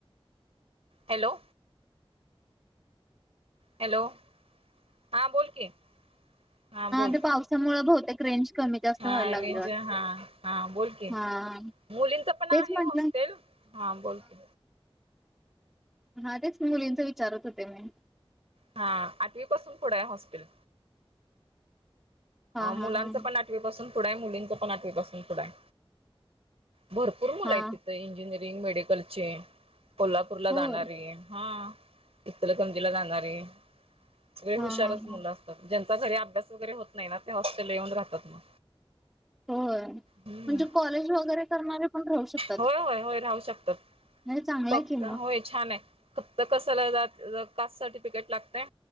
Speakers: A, on the right; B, in the centre.
A: hello hello हा बोल कि हा बोल
B: ते पावसामुळे बहुतेक रेंज कमी जास्त
A: हा
B: व्हायला लागली
A: रेंज
B: वाटतं
A: हा हा बोलकी
B: हा
A: मुलींच पण
B: तेच
A: आहे
B: म्हंटलं
A: हॉस्टेल हा बोलकी
B: हा तेच मुलींच विचारत होते मी
A: हा आठवी पासून पुढं आहे हॉस्टेल
B: हा हा
A: मुलांचं
B: हा
A: पण आठवीपासून पुढं आहे मुलींचं पण आठवीपासून पुढं आहे भरपूर कवडा मुला
B: हा
A: आहे तिथं इंजिनिअरिंग मेडिकल चे कोल्हापूरला
B: होय
A: जाणारी हा इतलगंजीला जाणारी सगळे
B: हा
A: हुशारच
B: हा हा
A: मुलं असतात ज्यांचा घरी अभ्यास वगैरे होत नाही ना ते हॉस्टेलला येऊन राहतात मग
B: होय
A: हम्म
B: म्हणजे कॉलेज वगैरे करणारे पण राहू शकत
A: होय होय होय राहू शकतात
B: चांगलंय
A: फक्त
B: की मग
A: होयच छान आहे फक्त कस कास् सर्टिफिकेट लागते